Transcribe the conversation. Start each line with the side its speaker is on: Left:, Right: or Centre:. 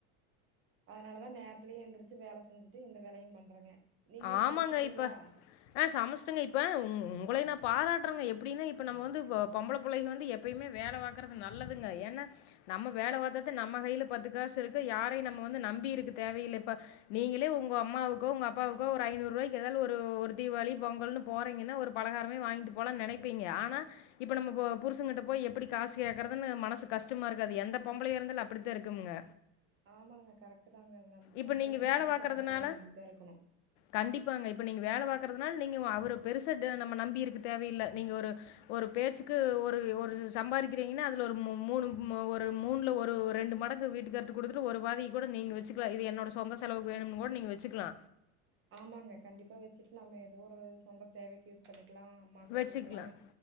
Right: அதனாலதான் நேர த்திலயே எந்திரிச்சு வேல செஞ்சுட்டு இந்த வேலையும் பண்றேங்க நீங்க
Left: ஆமாங்க
Right: சமைச்சிட்டீங்களா?
Left: இப்ப ஆஹ் சமச்டேங்க இப்ப உ உங்களைய நா பாராட்றேங்க எப்டின்னா இப்ப நம்ப வந்து ப பொம்பள புள்ளைங்க வந்து எப்பயுமே வேலவாக்குறது நல்லதுங்க ஏன்னா நம்ம வேல வார்த்தாதான் நம்ம கைல பத்து காசு இருக்கு யாரையும் நம்ம வந்து நம்பி இருக்க தேவையில்ல இப்ப நீங்களே உங்க அம்மாவுக்கோ உங்க அப் அப்பாவுக்கோ ஒரு ஐநூருவாய்க்கு ஏதாது ஒரு தீபாவளி பொங்கல்ன்னு போறீங்கன்னா ஒரு பலகாரமே வாங்கிட்டு போலாம்னு நெனைப்பீங்க ஆனா இப்ப நம்ம புருசுங்கிட்ட போய் எப்டி காசு கேடக்குறதுன்னு மனசுக்கு கஷ்டமா இருக்காது எந்த பொம்பையா இருந்தாலும் அப்டித்தான் இருக்கும்ங்க
Right: ஆமாங்க கரெக்ட் தாங்க அது நம்ம
Left: இப்ப
Right: பொம்பளைங்க
Left: நீங்க
Right: எப்பவுமே
Left: வேல பாக்குறதுனால
Right: சொந்த கைய நம்பிதான் இருக்கணு
Left: கண்டிப்பாங்க. இப்ப நீங்க வேல வாக்குறதுனால நீங்க அவரு பெருசா நம்ப நம்பி இருக்கு தேவையில்லல நீங்க ஒரு ஒரு பேச்சுக்கு ஒரு ஒரு சம்பாதிக்கிறீங்கன்னா அதுல ஒரு மூனு ஒரு மூணுல ஒரு ரெண்டு மடங்கு வீட்டுகார்ட்ட குடுத்துட்டு ஒரு வாதி கூட நீங்க வச்சுக்கலாம் இது என்னோட சொந்த செலவுக்கு வேணுன்னு கூட நீங்க வச்சுக்கலா
Right: ஆமாங்க கண்டிப்பா வச்சிட்டு நாம ஏதோ ஒரு சொந்த தேவைக்கு யூஸ் பண்ணிக் க்கலா அம்மாவுக்கு
Left: வச்சுக்கலாம்.
Right: குடுக்கலா